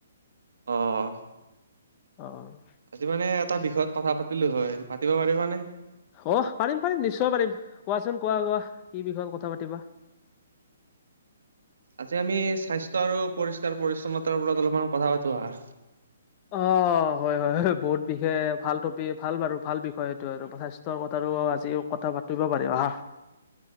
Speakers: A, on the right; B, on the left.
A: অহ।
B: অহ।
A: আজি মানে এটা বিষয়ত কথা পাতিলোঁ হয়। পাতিব পাৰিবানে?
B: হ', পাৰিম পাৰিম, নিশ্চয় পাৰিম। কোৱাচোন কোৱা কোৱা, কি বিষয়ত কথা পাতিবা?
A: আজি আমি স্বাস্থ্য আৰু পৰিষ্কাৰ পৰিচ্ছন্নতাৰ ওপৰত অলপমান কথা পাতো আহা।
B: অ', হয় হয় হয়, বহুত বিশে ভাল টপি, ভাল বাৰু, ভাল বিষয় এইটো আৰু। প্ৰচেছ- টোৰ কথাও আজি কথা পাতিব পাৰি, আহা।